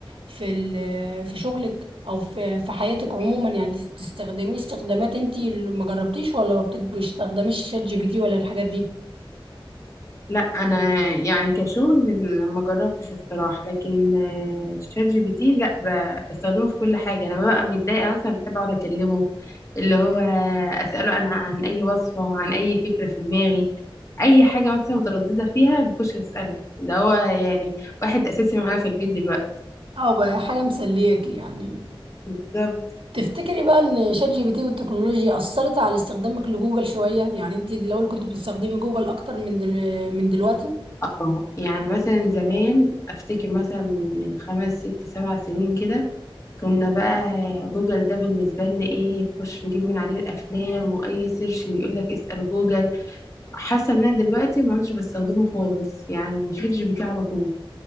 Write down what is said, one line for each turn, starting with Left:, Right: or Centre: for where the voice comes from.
Right: في ال- في شغلك او في في حياتك عموما يعني تستخدميه استخدامات انتي اللي ما جربتيش ولا ما بتستخدميش شات جي بي تي ولا الحاجات دي
Left: لا انا يعني كشغل ما جربتش الصراحه لكن آه، شات جي بي تي لا ب- بستخدمه في كل حاجه لما ببقى متضايقه مثلا بحب اقعد اكلمه اللي هو اساله انا عن اي وصفه عن اي فكره في دماغي اي حاجه مثلا متردده فيها بخش اساله ده هو يعني واحد اساسي معانا في البيت دلوقتي
Right: اه بقى حاجة مسلياكي يعني
Left: بالظبط
Right: تفتكري بقى ان شات جي بي تي والتكنولوجيا اثرت على استخدامك لجوجل شويه يعني انت الاول كنت بتستخدمي جوجل اكتر من دل... من دلوقتي
Left: اه يعني مثلا زمان افتكر مثلا من خمس ست سبع سنين كده كنا بقى جوجل ده بالنسبة لنا ايه نخش نجيب من عليه الأفلام وأي سيرش يقول لك اسأل جوجل حاسة ان انا دلوقتي ما عدتش بستخدمه خالص يعني شات جي بي تي على طول